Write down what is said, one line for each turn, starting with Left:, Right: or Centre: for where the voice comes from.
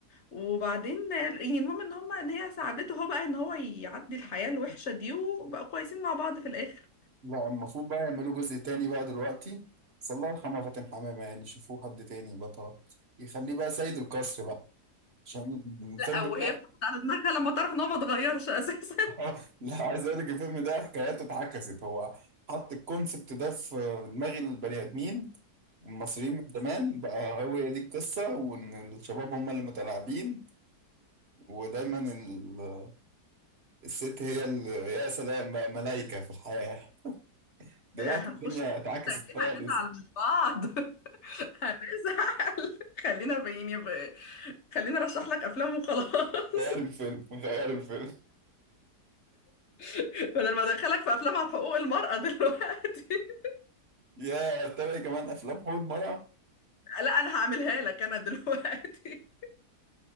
Left: وبعدين يعني المهم ان هما ان هي ساعدته هو بقى ان هو يعدي الحياة الوحشة دي وبقى كويسين مع بعض في الاخر
Right: لا المفروض بقى يعملوا جزء تاني بقى دلوقتي بس الله يرحمه فاتن حمامة يعني شوفوه حد تاني بطل يخليه بقى سيد القصر بقى عشان الفيلم
Left: او
Right: ده
Left: هي بتاخد على دماغها لما تعرف ان هو ما اتغيرش اساسا
Right: <laughs> لا عايز اقول لك الفيلم ده حكاياته اتعكست هو حط الكونسبت ده في دماغ البني ادمين المصريين من زمان بقى هو هي دي القصة وإن الشباب هم اللي متلاعبين ودايما ال- الست هي اللي يا سلام بقى ملايكة في الحياة دلوقتي
Left: <laughs> هنخش
Right: الدنيا
Left: في
Right: اتعكست
Left: الحته دي هنزعل
Right: خالص
Left: من بعض <laughs> هنزعل خلينا بيني ب... خليني ارشح لك افلام وخلاص
Right: غير الفيلم غير الفيلم
Left: <laughs> بدل ما ادخلك في افلام عن حقوق المرأة دلوقتي <laughs>
Right: يا تابع كمان أفلام حول مرة
Left: لا انا هعملها لك انا دلوقتي